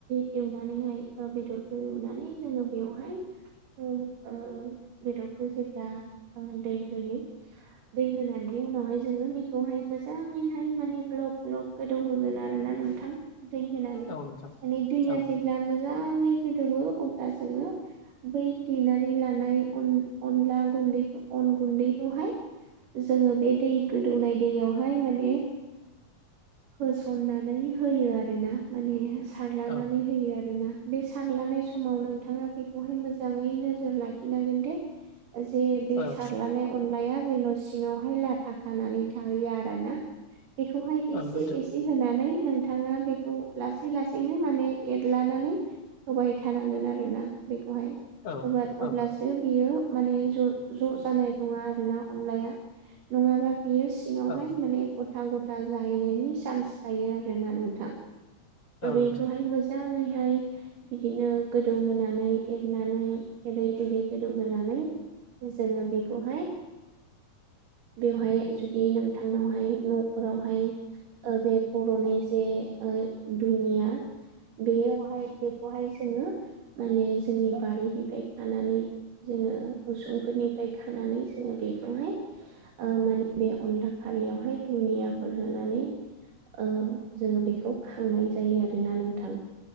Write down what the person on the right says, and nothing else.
एवनानैहाय ओ बेदरखौ एवनानै जोङो बेयावहाय ओ ओ बेदर बेखौ जेब्ला ओ दै होयो दै होननि उनावहाय जोङो बेखौहाय मोजां होनानै हाय मानि ग्लब ग्लब गोदौ होगोन आरोना नोंथां दै होनानै
माने दैया
जेब्ला मोजाङै गोदौवो अब्ला जोङो बै देनानै लानाय अन अनला गुन्दै अन गुन्दैखौहाय जोङो बे दै गोदौनाय दैयावहाय माने होसननानै होयो आरो ना माने सारलानानै
होयो। आरोना बे सारलानाय समाव नोंथाङा बेखौहाय मोजाङै नोजोर लाखिनांगोन दे। जे बे
सारलानाय अनलाया जेन' सिङावहाय लाथा खानानै थाहैयो आरोना बेखौ एसे
एसे होनानै नोंथाङा बेखौ लासै लासै नो माने एरलानानै होबाय थानांगोन आरोना बे खौहाय
अबा अब्लासो
बियो माने ज' ज' जानाय नङा आरोना अनलाया नङाबा बियो सिङावहाय
माने गथा गथा जाहैनायनि सान्स थायो आरोना नोंथां। बेखौहाय
मोजां मोजाङैहाय बिदिनो गोदौ होनानै एरनानै एरै एरै गोदौ होनानै जोङो बेखौहाय बेवहाय जुदि नोंथांनावहाय न'फोराव बेहाय ओ बे बर'नि जे ओ दुनिया बेयावहाय बेखौहाय जोङो माने जोंनि बारिनिफ्राय खानानै जोङो उसुंफोरनिफ्राय खानानै जोङो बेखौहाय ओ माने बे अनला हारियावहाय दुनिया फोरहोनानै ओ जोङो बेखौ खांनाय जायो आरोना नोंथां।